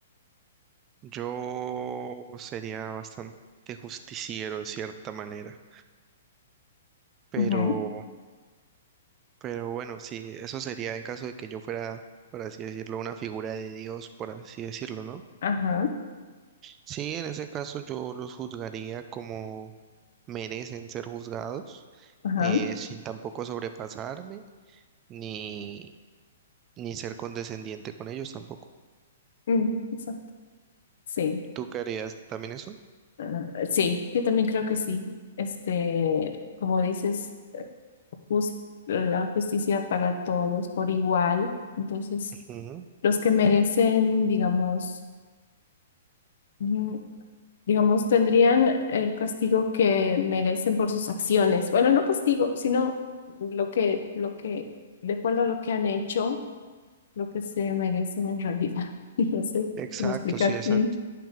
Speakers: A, on the right (about 25°); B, on the left (about 65°).
A: Yo sería bastante justiciero de cierta manera, pero,
B: Ujú,
A: pero bueno, sí, eso sería en caso de que yo fuera, por así decirlo, una figura de Dios, por así decirlo, ¿no?
B: Ajá,
A: Sí, en ese caso yo los juzgaría como merecen ser juzgados,
B: ajá.
A: eh, sin tampoco sobrepasarme ni, ni ser condescendiente con ellos tampoco.
B: Mm, exacto. Sí.
A: ¿Tú qué harías también eso?
B: Ah, sí, yo también creo que sí. Este, como dices, eh, jus- la justicia para todos por igual. Entonces,
A: Ujú.
B: los que merecen, digamos, mm, digamos, tendrían el castigo que merecen por sus acciones. Bueno, no castigo, sino lo que, lo que, de acuerdo a lo que han hecho, lo que se merecen en realidad. <laughs> Y No sé
A: Exacto,
B: cómo explicar.
A: sí, exacto.
B: Mm,